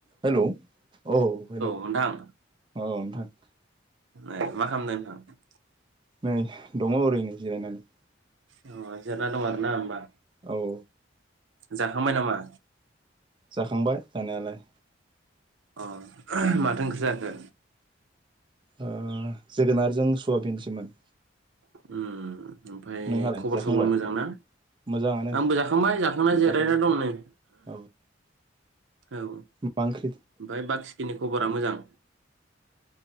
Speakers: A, on the right (about 25°); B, on the right (about 80°).
A: हेलौ औ हेलौ
B: नोंथां
A: अ <unintelligible>
B: ए मा खालामदों नोंथां?
A: नै दङ ओरैनो जिरायनानै।
B: अ जिरायना दं ना होनोमबा।
A: औ
B: जाखांबाय नामा?
A: जाखांबाय जानायालाय।
B: अ माथो ओंख्रि जाखो?
A: ओ जोगोनारजों सवाबिनसोमोन।
B: उम ओमफ्राय
A: नोंहालाय
B: खबर
A: जाखांबाय
B: सबर मोजांना
A: मोजाङानो
B: आंबो जाखांबाय जाखांना
A: जाखां
B: जिरायना दं नै।
A: औ
B: औ ओमफ्राय
A: मा ओंख्रि
B: बाखिखिनि खबरा मोजां?